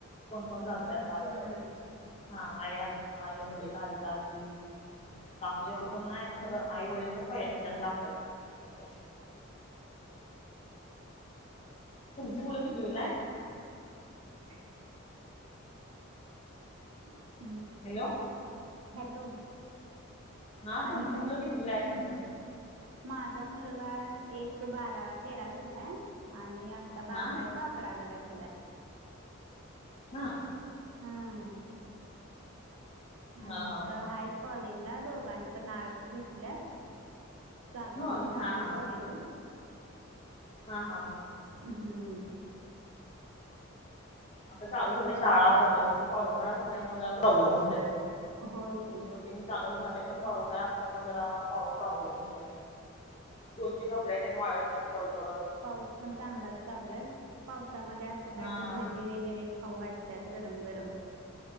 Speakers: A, on the left; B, on the right.
A: कोण कोण चालत्यात
B: पण
A: आलं
B: हम्म
A: तर हा आई आ आई वडील आज्जा आज्जी बाकी एवढं कोण नाहीये खरं आई वडील तर पाहि म्हणजे असं लागत्यात. तुमची मुलं कितवीला आहेत?
B: हां <inaudible> ह <inaudible>
A: हॅलो-
B: हॅलो
A: हा
B: आणि
A: तुमची
B: काय
A: मुलं कितीवीला आहेत म्हटलं?
B: माझा मुलगा एक बारा तेरावीला आहे आणि आता
A: हा
B: बारका आहे तो आक करावीला गेलाय
A: हा
B: हम्म हम
A: हा हा
B: आहेत
A: हा
B: काॅलेजला दोंघानी पण आर्ट्स घेतल्यात. चालू
A: होय
B: झालय
A: हा हा
B: कॉलेजं
A: हा हा
B: हम्म
A: आता चालू झालेय शाळा कॉलेज पण पावसाळा असल्यामुळे जरा प्रॉब्लेम होतय.
B: होय की
A: रुटींग चालू झालय पण पावसाळा असल्यामुळ जरा पाव प्रॉब्लेम होतय. स्कूलची कपडे तेन वाळत नाहीत लवकर
B: पाऊस पण चांगलाच चालू आहे पावसामध्ये असं काय
A: हा
B: तरी भजी वगैरे खाऊ वाटत्यात गरम गरम